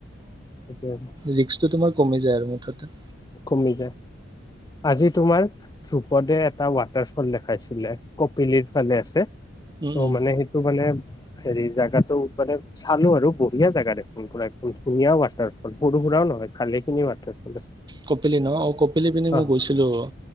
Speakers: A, on the left; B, on the right.
A: তেতিয়া
B: ৰিক্সতো তোমাৰ কমি যায় তাতে।
A: কমিলে আজি তোমাৰ ধ্ৰুপদে এটা ৱাটাৰফল দেখাইছিলে কপিলিৰ ফালে আছে। ত'
B: উম উম
A: মানে সেইটো মানে। হেৰি জেগাটো মানে চালো আৰু বঢ়িয়া জেগা দেখোন ধুনীয়া ৱাটাৰফল সৰু সুৰাও নহয় খালি খিনি ৱাটাৰফল আছে?
B: কপিলি ন অঁ কপিলি পিনি মই
A: অহ
B: গৈছিলোঁ?